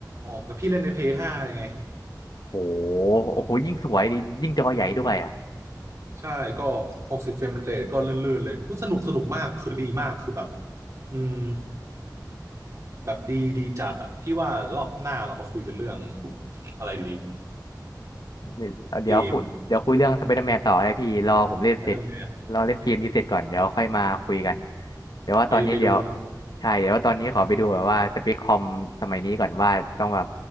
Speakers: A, on the right; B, on the left.
A: แล้วพี่เล่นในเพ a y 5ยังไง
B: โหโอ้โหยิ่งสวยดิยิ่งจอใหญ่ด้วยอะ
A: ใช่ก็60เฟรมเรทก็ลื่นๆเลยอุ๊ยสนุกสนุกมากคือดีมากคือแบบอืมแบบดีดีจัดอ่ะพี่ว่ารอบหน้าเรามาคุยกันเรื่องอะไรดี
B: ไม่เดี๋ยวคุยเดี๋ยวคุยเรื่องสไปเดอร์แมนต่อนะพี่รอผมเล่นเสร็จ
A: เกม Spider-Man
B: รอเล่นเกมนี้เสร็จก่อนเดี๋ยวค่อยมาคุยกันเดี๋ยวว่าตอนนี้เดี๋ยว
A: ไปไปดูนะ
B: ใช่เดี๋ยวว่าตอนนี้ขอไปดูแบบว่าสเปคคอมสมัยนี้ก่อนว่าต้องแบบ